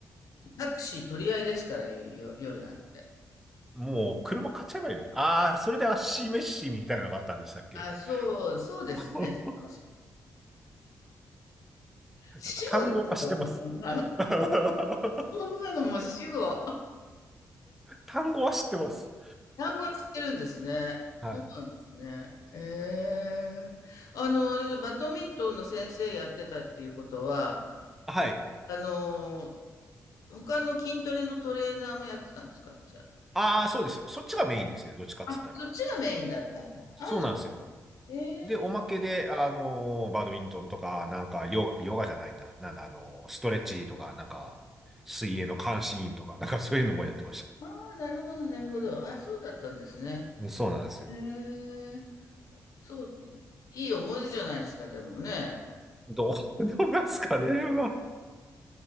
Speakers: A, on the left; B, in the centre.
A: タクシー取り合いですから、よ、夜なんて。
B: もう車買っちゃえばいいのよ。ああ、それで足飯みたいなのがあったんでしたっけ
A: あ、そう、そうですね。
B: <laughs>
A: そうかもしれない死語ですよ、
B: なんか単語は知ってます。
A: そんなの。
B: <laughs>
A: そんなのもう死語。
B: 単語は知ってます。
A: 単語にしてるんですね。
B: はい。
A: そうなんですね。ええあの、バドミントンの先生やってたっていうことは、
B: はい。
A: あの、他の筋トレのトレーナーもやってたんですかじゃ
B: ああ、そうですよ。そっちがメインですね。どっちかっつったら。
A: あ。あ、そっちがメインだったんだ。
B: そうなんですよ。
A: あ、ええ
B: で、おまけで、あのーバドミントンとか、なんか、ヨガ、ヨガじゃないな。なんだ、あのーストレッチとか、なんか、水泳の監視員とか、なんかそういうのもやってまし
A: ああ、なるほど、なるほど。あ、そうだったんですね。
B: た。そうなんですよ。
A: へえ。そう、いい思い出じゃないですか、でもね。
B: どう、どうなんですかね、まあ。